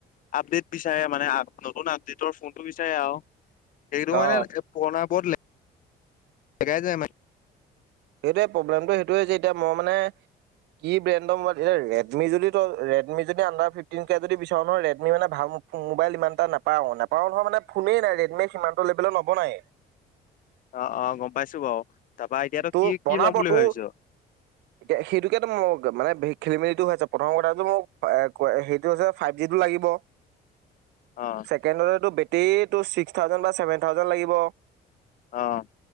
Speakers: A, on the left; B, on the right.
A: আপডেট বিচাৰে মানে, আ নতুন আপডেটৰ ফোনটো বিচাৰে আৰু। সেইটো
B: অ',
A: মানে এ পুৰণাবোৰত হেঙাই যায় মানে।
B: সেইটোৱে প্ৰব্লেমটো সেইটোৱেই যে এতিয়া মই মানে কি ব্ৰেণ্ডৰ মোবাইল এ ৰেডমি যদি তই ৰেডমি যদি আণ্ডাৰ ফিফটিনকে যদি বিচাৰ নহয় ৰেডমি মানে ভাল মোবাইল ইমান এটা নাপাওঁ, নাপাওঁ নহয় মানে ফোনেই নাই ৰেডমি সিমানটো লেবেলত নবনায়ে।
A: অ', অ', গম পাইছো বাৰু, তাৰাপা এতিয়াতো
B: তোৰ
A: কি
B: বনাব
A: কি ল'ম বুলি
B: তোৰ
A: ভাবিছ?
B: এতিয়া সেইটোকে মই মানে খেলি মেলোটো হৈ আছে, প্ৰথম কথাটো মোক এ ক সেইটো হৈছে ফাইভ জিটো লাগিব।
A: অ'।
B: চেকেণ্ডতে তোৰ বেটৰীটো ছিক্স থাউজেণ্ড বা ছেভেন থাউজেণ্ড লাগিব।
A: অ'।